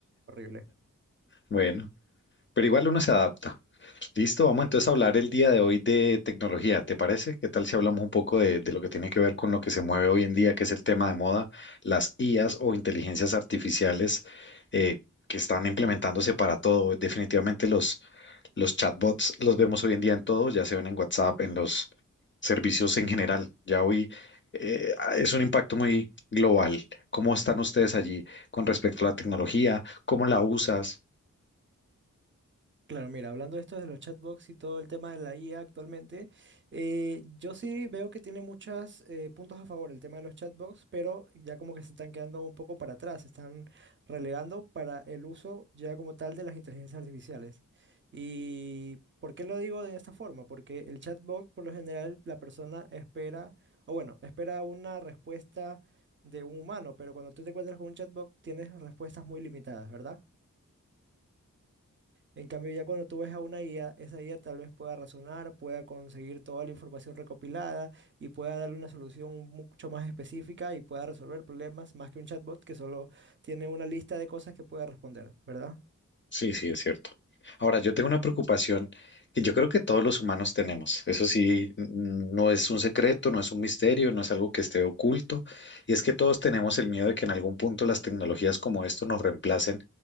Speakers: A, on the right (about 40°); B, on the left (about 40°).
A: horrible.
B: Bueno. Pero igual uno se adapta. Listo, vamos entonces a hablar el día de hoy de tecnología, ¿te parece? ¿Qué tal si hablamos un poco de, de lo que tiene que ver con lo que se mueve hoy en día, que es el tema de moda, las IAs o inteligencias artificiales eh, que están implementándose para todo? Definitivamente los, los chatbots los vemos hoy en día en todo, ya se ven en WhatsApp, en los servicios en general. Ya hoy eh, ah, es un impacto muy global. ¿Cómo están ustedes allí con respecto a la tecnología? ¿Cómo la usas?
A: Claro, mira, hablando de esto de los chatbots y todo el tema de la IA actualmente, eh, yo sí veo que tiene muchos puntos a favor el tema de los chatbots, pero ya como que se están quedando un poco para atrás, se están relegando para el uso ya como tal de las inteligencias artificiales. ¿Y por qué lo digo de esta forma? Porque el chatbot, por lo general, la persona espera, o bueno, espera una respuesta de un humano, pero cuando tú te encuentras con un chatbot, tienes respuestas muy limitadas, ¿verdad? En cambio, ya cuando tú ves a una IA, esa IA tal vez pueda razonar, pueda conseguir toda la información recopilada y pueda darle una solución mucho más específica y pueda resolver problemas más que un chatbot que solo tiene una lista de cosas que pueda responder, ¿verdad?
B: Sí, sí, es cierto. Ahora, yo tengo una preocupación que yo creo que todos los humanos tenemos. Eso sí, n- no es un secreto, no es un misterio, no es algo que esté oculto. Y es que todos tenemos el miedo de que en algún punto las tecnologías como esto nos reemplacen